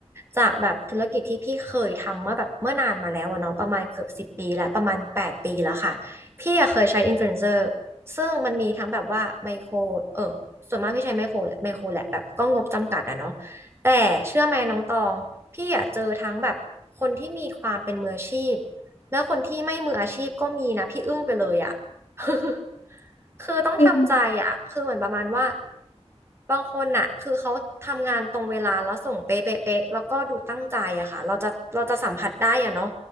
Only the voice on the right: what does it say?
จากแบบธุรกิจที่พี่เคยทำเมื่อแบบเมื่อนานมาแล้วอะเนาะประมาณเกือบสิบปีแล้วประมาณแปดปีแล้วค่ะพี่อะเคยใช้อินฟลูเอนเซอร์ซึ่งมันมีทั้งแบบว่าไมโครเออส่วนมากพี่ใช้ไมโครแหละไมโครแหละแบบก็งบจำกัดอะเนาะแต่เชื่อไหมน้องตองพี่อะเจอทั้งแบบคนที่มีความเป็นมืออาชีพแล้วคนที่ไม่มืออาชีพก็มีนะพี่อึ้งไปเลยอะ <laughs> คือต้องทำใจอ่ะคือเหมือนประมาณว่า
บางคนน่ะคือเขาทำงานตรงเวลาแล้วส่งเป๊ะเป๊ะเป๊ะแล้วก็ดูตั้งใจอะค่ะเราจะเราจะสัมผัสได้อะเนาะ